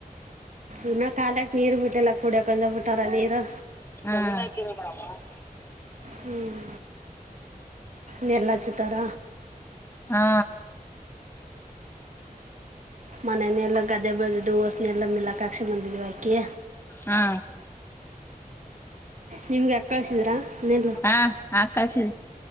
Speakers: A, on the right (about 55°); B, on the left (about 15°).
A: ಇನ್ನ ಕಾಲಕ್ ನೀರ್ ಬಿಟ್ಟೆಲ್ಲ ಕುಡಿಯಕಂದ ಬಿಟ್ಟಾರ ನೀರು
B: ಹ್ಮ
A: ಹ್ಮ್ ನೆಲ್ಲಾಚ್ಚತಾರ
B: ಹಾ
A: ಮನನೆೆಲ್ಲ ಗದ್ದೆ ಬೆಳೆ್ದ ದೋಸ್ನೆ ಎಲ್ಲ ಮಿಲಾಕಾಕ್ಷಿ ಬಂದಿದ್ವಿಕಿ
B: ಹಾ
A: ನಿಮ್ಗೆ ಯಾಕೆ ಕಳಿಸಿದ್ರಾ ನೆಲ್ಲು
B: ಹಾ ಆಕಶಿ